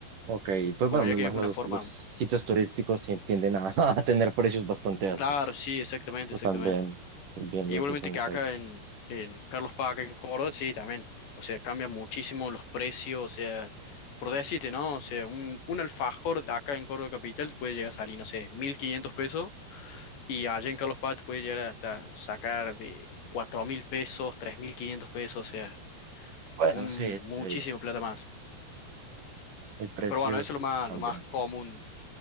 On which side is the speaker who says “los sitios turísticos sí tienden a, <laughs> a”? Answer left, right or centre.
Right